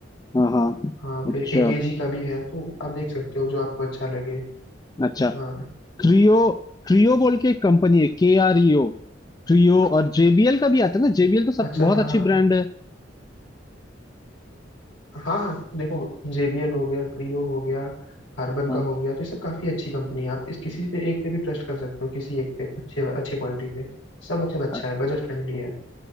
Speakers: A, on the left (about 20°); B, on the left (about 80°).
A: हाँ हाँ
B: हाँ
A: अच्छा
B: फिर एक एजी का भी है तो आप देख सकते हो जो आपको अच्छा लगे
A: अच्छा
B: हाँ
A: क्रियो क्रियो बोल के एक कंपनी है के आर ई ओ क्रियो और जेबीएल का भी आता है ना जेबीएल तो
B: अच्छा
A: सब बहुत
B: हाँ
A: अच्छी
B: हाँ
A: ब्रांड है
B: हाँ हाँ हाँ, देखो जेबीएल हो गया क्रियो हो गया हार्बन
A: हाँ,
B: का हो गया तो ये सब काफी अच्छी कंपनी है आप इस किसी पे एक पे भी ट्रस्ट कर सकते हो किसी एक पे अच्छे अच्छे क्वालिटी पे सब मतलब अच्छा
A: अ-
B: है बजट फ्रेंडली है